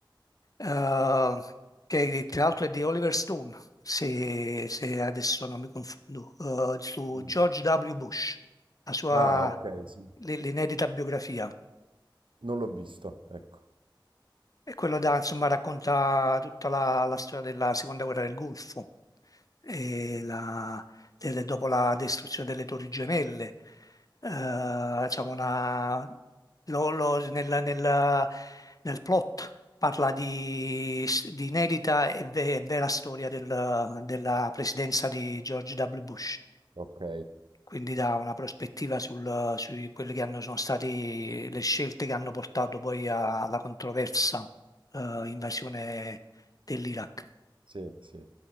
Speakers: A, on the left; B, on the right.
A: eh, che tra l'altro è di Oliver Stone, se, se adesso non mi confondo, eh, su
B: Mm.
A: George W. Bush, la sua
B: Ah, ok, sì.
A: l- l'inedita biografia.
B: Non l'ho visto, ecco.
A: E quello da, insomma, racconta tutta la, la storia della seconda guerra del Golfo, e la- delle- dopo la distruzione delle Torri Gemelle. Eh, diciamo una- lo- lo- nel, nel- nel plot parla di, di inedita e ve- vera storia del- della presidenza di George W. Bush
B: Ok,
A: quindi dà una prospettiva sul- su quelle che hanno, sono state le scelte che hanno portato poi a- alla controversa eh, invasione dell'Iraq.
B: sì, sì.